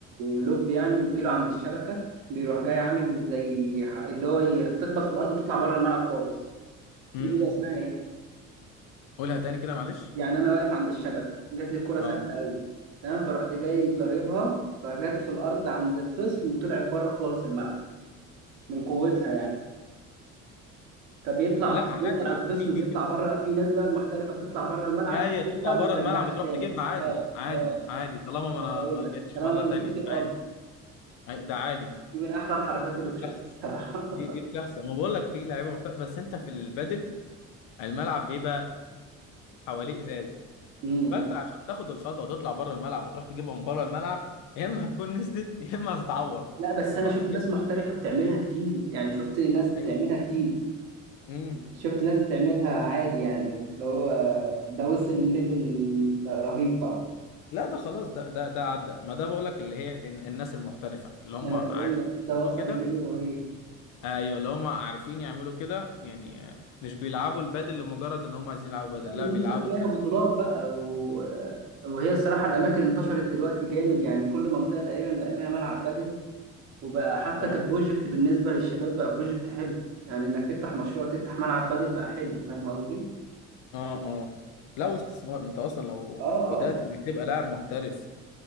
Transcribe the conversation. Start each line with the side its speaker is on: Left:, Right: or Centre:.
Right: لوب يعني وتجيله عند الشبكة بيروح جاي عامل زي ح- اللي هو تخبط في الأرض وتطلع بره الملعب خالص
Left: أمم.
Right: دي بيبقى اسمها إيه؟
Left: قولها تاني كده معلش
Right: يعني أنا واقف عند الشبكة جات لي الكرة سهلة
Left: اه
Right: أوي تمام فرحت جاي ضاربها فجت في الأرض عند الخصم وطلعت بره خالص الملعب من قوتها يعني فبيطلع
Left: لا عادي
Right: بيطلع الخصم
Left: دي دي
Right: بيطلع
Left: كده
Right: بره في ناس بقى المحترفه بتطلع بره الملعب
Left: هي
Right: بتجيبها
Left: تطلع
Right: وبترجعها
Left: بره الملعب وتروح
Right: تاني
Left: تجيبها عادي
Right: اه
Left: عادي
Right: اه
Left: عادي طالما
Right: ده
Left: ما انا
Right: انا بقول
Left: ما
Right: لك
Left: جاتش
Right: طالما
Left: مره
Right: ما
Left: تانية
Right: لمستش الارض
Left: عادي أي- ده عادي
Right: دي من احلى الحركات اللي بشوفها
Left: بتحصل
Right: بصراحه
Left: دي
Right: <laughs>
Left: دي بتحصل ما بقول لك في لعيبه محترفه بس انت في البادل الملعب بيبقى حواليه ازاز
Right: امم
Left: فانت عشان تاخد الخطوه وتطلع بره الملعب وتروح تجيبها من بره الملعب يا اما هتكون نزلت يا اما هتتعور
Right: لا بس انا
Left: حرفيا
Right: شفت ناس محترفه بتعملها كتير يعني شفت ناس بتعملها
Left: ايوه ده
Right: كتير
Left: امم
Right: شفت ناس بتعملها عادي يعني اللي هو ده وصل لليفل رهيب طبعا
Left: لا ده خلاص ده ده ده عدى ما ده بقول لك اللي هي الن- الناس المحترفه اللي هم
Right: ده انا
Left: عارفين
Right: بقول لك ده وصل
Left: كده
Right: لليفل رهيب
Left: ايوه اللي هم عارفين يعملوا كده يعني آه، مش بيلعبوا البادل لمجرد ان هم عايزين يلعبوا بادل
Right: لا بالنسبة
Left: لا بيلعبوا
Right: تلاقيها
Left: البادل
Right: بطولات بقى و... وهي الصراحة الأماكن انتشرت دلوقتي جامد يعني كل منطقة تقريبا بقى فيها ملعب بدل وبقى حتى
Left: اه
Right: كبروجكت بالنسبة للشباب بقى بروجكت حلو يعني إنك تفتح مشروع تفتح ملعب بدل بقى حلو فاهم قصدي؟
Left: اه اه لا واستثمار انت اصلا لو
Right: آه
Left: بدات
Right: آه
Left: انك تبقى لاعب محترف